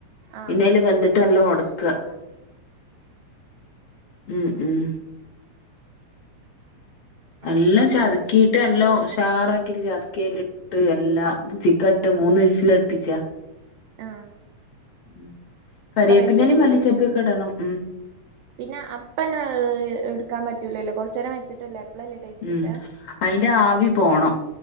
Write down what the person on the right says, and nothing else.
ആഹ്
ആഹ്
ആഹ്
ആഹ്
അപ്പൊ റെഡി ആയില്ലേ
പിന്നെ അപ്പന്നെ എടുക്കാൻ പറ്റൂലല്ലോ കുറച്ച നേരം വെച്ചിട്ടല്ലേ അപ്പളല്ലേ ടേസ്റ്റ്
കിട്ടാ